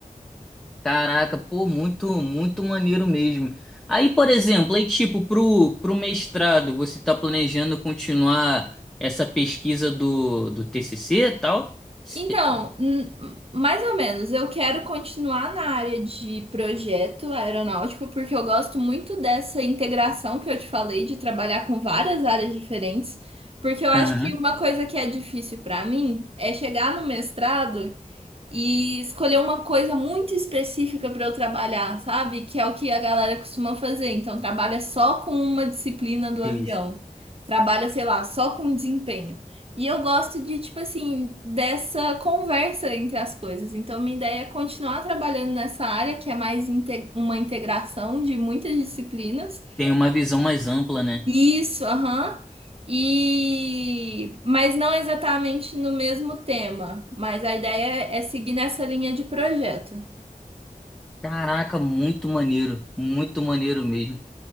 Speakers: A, in the centre; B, on the right.
A: Caraca, pô, muito, muito maneiro mesmo. Aí, por exemplo, aí tipo, pro, pro mestrado, você tá planejando continuar essa pesquisa do, do TCC e tal? Se-
B: Então,
A: eh,
B: n- mais ou menos, eu quero continuar na área de projeto aeronáutico, porque eu gosto muito dessa integração que eu te falei, de trabalhar com várias áreas diferentes. Porque eu acho
A: Aham,
B: que uma coisa que é difícil para mim é chegar no mestrado e escolher uma coisa muito específica para eu trabalhar, sabe? Que é o que a galera costuma fazer. Então, trabalha só com uma disciplina do
A: justo.
B: avião. Trabalha, sei lá, só com desempenho. E eu gosto de, tipo assim, dessa conversa entre as coisas. Então, minha ideia é continuar trabalhando nessa área, que é mais inte- uma integração de muitas disciplinas.
A: Tem uma visão mais ampla, né?
B: Isso, aham. E mas não exatamente no mesmo tema, mas a ideia é seguir nessa linha de projeto.
A: Caraca, muito maneiro, muito maneiro mesmo.